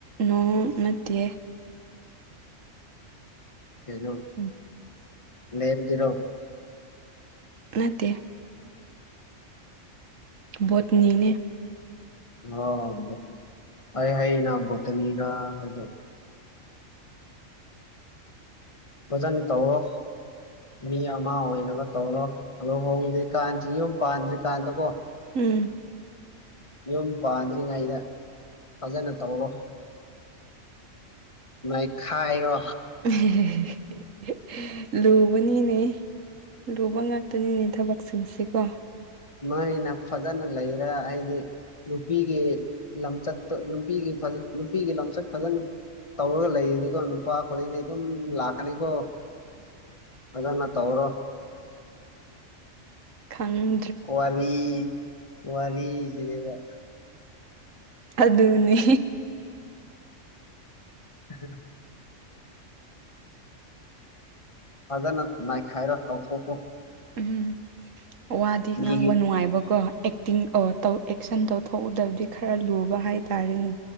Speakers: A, on the right (about 75°); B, on the left (about 25°).
A: ꯅꯣ ꯅꯠꯇꯤꯌꯦ
B: ꯀꯩꯅꯣ
A: ꯎꯝ
B: <unintelligible>
A: ꯅꯠꯇꯦ ꯕꯣꯠꯅꯤꯅꯦ
B: ꯑꯣ ꯕꯣꯠꯅꯤ ꯑꯩꯅ ꯕꯣꯠꯇꯅꯤꯔ ꯍꯥꯏꯗꯣ ꯐꯥꯖꯅ ꯇꯧꯑꯣ ꯃꯤ ꯑꯃ ꯑꯣꯏꯅꯕ ꯇꯧꯔꯣ ꯂꯣꯍꯣꯡꯗ꯭ꯔꯤ ꯀꯥꯟꯁꯤ ꯌꯨꯝ ꯄꯥꯟꯗ꯭ꯔꯤꯀꯥꯟꯗꯀꯣ
A: ꯎꯝ
B: ꯌꯨꯝ ꯄꯥꯟꯗ꯭ꯔꯤꯉꯩꯗ ꯐꯖꯅ ꯇꯧꯔꯣ ꯅꯩꯈꯥꯏꯔꯣ
A: ꯍꯦ ꯍꯦ ꯂꯨꯕꯅꯤꯅꯦ ꯂꯨꯕ ꯉꯥꯛꯇꯅꯤꯅꯦ ꯊꯕꯛꯁꯤꯡꯁꯦꯀꯣ
B: ꯅꯣꯏꯅꯥ ꯐꯖꯅ ꯂꯩꯔ ꯑꯩꯗꯤ ꯅꯨꯄꯤꯒꯤ ꯂꯝꯆꯠꯇ ꯅꯨꯄꯤꯒꯤ ꯐꯖ ꯅꯨꯄꯤꯒꯤ ꯂꯝꯆꯠ ꯐꯖꯅ ꯇꯧꯔꯒ ꯂꯩꯔꯗꯤꯀꯣ ꯅꯨꯄꯥ ꯈꯨꯗꯤꯡꯗꯤ ꯑꯗꯨꯝ ꯂꯥꯛꯀꯅꯤꯀꯣ ꯐꯖꯅꯥ ꯇꯧꯔꯣ
A: ꯈꯪ
B: ꯋꯥꯔꯤ ꯋꯥꯔꯤꯁꯤꯗꯤꯕ
A: ꯑꯗꯨꯅꯤ
B: <unintelligible> ꯐꯖꯅ ꯅꯥꯏꯈꯥꯏꯔꯣ ꯇꯧꯊꯣꯛꯈꯔꯣ
A: ꯎꯝ ꯋꯥꯗꯤ
B: ꯃꯤꯒꯤ
A: ꯉꯥꯡꯕ ꯅꯨꯡꯉꯥꯏꯕꯀꯣ ꯑꯦꯛ ꯇꯤꯡ ꯑꯣ ꯇꯧ ꯑꯦꯛꯁꯟ ꯇꯧꯊꯣꯛꯎꯗꯕꯗꯤ ꯈꯔ ꯂꯨꯕ ꯍꯥꯏꯇꯥꯔꯦꯅꯦ